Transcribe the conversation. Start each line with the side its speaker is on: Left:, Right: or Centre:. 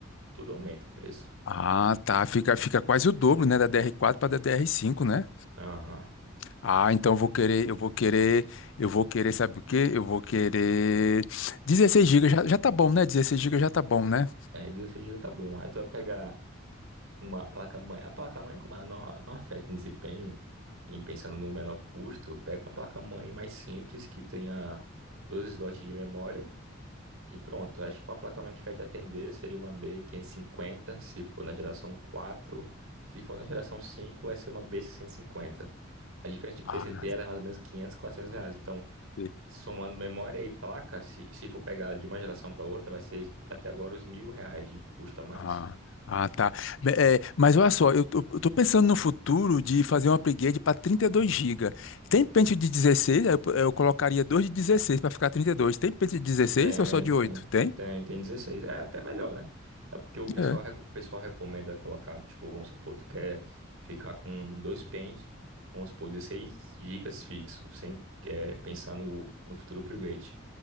Right: tudo aumenta o preço.
Left: ah, tá. Fica, fica quase o dobro, né? Da DR4 para DDR5, né?
Right: Aham.
Left: Ah, então eu vou querer, eu vou querer, eu vou querer, sabe o quê? Eu vou querer 16
Right: Hum.
Left: GB, já, já tá bom, né? 16 GB já tá bom, né?
Right: Aí 16 GB tá bom, aí tu vai pegar uma placa-mãe, a placa-mãe como ela não, não afeta em desempenho, e pensando no menor custo, pega uma placa-mãe mais simples que tenha 12 slots de memória, E pronto, acho que uma placa-mãe que vai te atender seria uma b quinhentos e cinquenta, se for na geração quatro, Se for na geração 5 vai ser uma b seiscentos e cinquenta. A diferença de preço
Left: Ah,
Right: entre elas é mais ou menos 500, 400 reais. Então,
Left: sim.
Right: somando memória e placa, se, se for pegar de uma geração para outra, vai ser até agora os mil reais de custo a mais.
Left: ah, ah, tá. Be- é, mas olha só, eu tô, eu tô pensando no futuro de fazer um upgrade para 32 GB. Tem pente de 16, eu, eu colocaria dois de 16 para ficar 32. Tem pente de 16
Right: Tem,
Left: ou só de
Right: sim.
Left: oito? Tem?
Right: Tem, tem dezesseis É até melhor, né? É porque o pessoal,
Left: É.
Right: reco- o pessoal recomenda colocar, tipo, vamos supor, tu quer ficar com dois pentes, vamos supor, 16 gigas fixo, sem é, pensar no, no futuro upgrade.